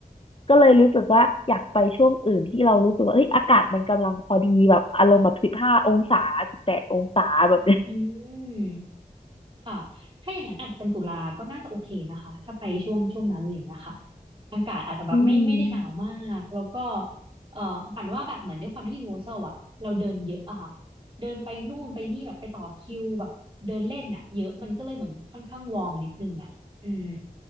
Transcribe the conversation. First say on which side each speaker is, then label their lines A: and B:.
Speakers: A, on the left; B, on the right.
A: ก็เลยรู้สึกว่าอยากไปช่วงอื่นที่เรารู้สึกว่าเอ้ยอากาศมันกำลังพอดีแบบอารมณ์แบบสิบห้าองศาสิบแปดองศาแบบเนี้ย
B: อืมค่ะถ้าอย่างนั้นอาจจะเป็นตุลาก็น่าจะโอเคนะคะ ถ้าไปช่วงช่วงนั้นอะไรอย่างเงี้ยค่ะอากาศอาจจะแบบไม่ไม่ได้หนาวมากแล้วก็
A: อืม
B: เอ่อปั่นว่าแบบเหมือนด้วยความที่ยูนิเวอร์แซลอะเราเดินเยอะอะค่ะเดินไปนู่นไปนี่แบบไปต่อคิวแบบเดินเล่นอะเยอะมันก็เลยเหมือนค่อนข้างวอร์มนิดนึงอะอืม